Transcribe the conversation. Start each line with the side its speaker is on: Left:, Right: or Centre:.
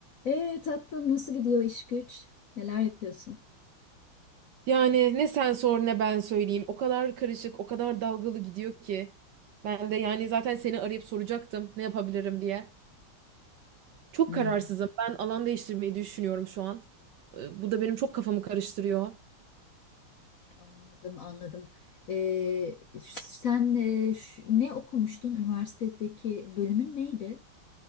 Left: Ee tatlım nasıl gidiyor iş güç? Neler yapıyorsun?
Right: Yani ne sen sor ne ben söyleyeyim. O kadar karışık, o kadar dalgalı gidiyor ki. Ben de yani zaten seni arayıp soracaktım ne yapabilirim diye. Çok
Left: Hmm.
Right: kararsızım. Ben alan değiştirmeyi düşünüyorum şu an. Ee, Bu da benim çok kafamı karıştırıyor.
Left: Anladım, anladım. Ee, sen e, ş- ne okumuştun? Üniversitedeki bölümün neydi?